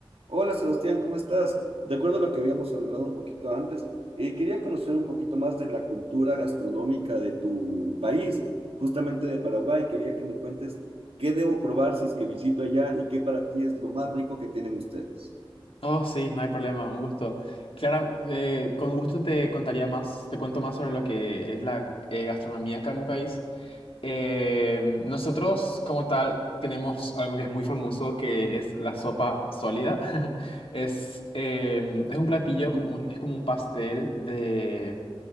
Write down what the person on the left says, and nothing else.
Oh, sí, no hay problema, un gusto. Clara, eh, con gusto te contaría más, te cuento más sobre lo que es la eh, gastronomía acá en mi país. Eh, nosotros, como tal, tenemos algo que es muy famoso, que es la sopa sólida. <laughs> Es, eh, es un platillo
como un, es como un pastel de,